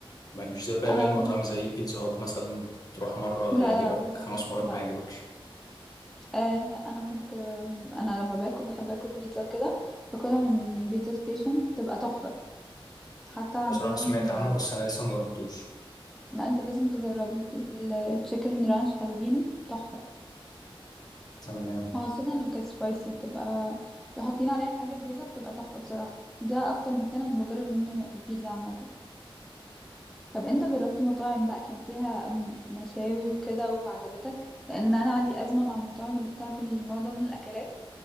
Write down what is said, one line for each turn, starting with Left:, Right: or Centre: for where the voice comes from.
Left: مش زي بقى
Centre: انا
Left: باقي المطاعم زي بيتزا هات مثلا تروح مرة
Centre: لا
Left: يعجبك
Centre: لا بيتزا
Left: خمس
Centre: هات
Left: مرات
Centre: لا
Left: ما يعجبكش
Centre: آه انا كنت آم، انا لما باكل بحب اكل بيتزا وكده باكلها من بيتزا ستيشن بتبقى تحفة حتى عندهم
Left: بصراحة سمعت عنه
Centre: آه،
Left: بس أنا لسه مجربتوش
Centre: لا انت لازم تجربه التشيكن رانش هالوبينو تحفة
Left: تمام
Centre: خاصة لو كانت سبايسي بتبقى بيحطين عليها حاجة زيادة بتبقى تحفة بصراحة ده اكتر مكان انا بجرب منه البيتزا عامة طب انت جربت مطاعم بقى كان فيها م- مشاوي وكده وعجبتك لان انا عندي أزمة مع المطاعم اللي بتعمل النوع ده من الاكلات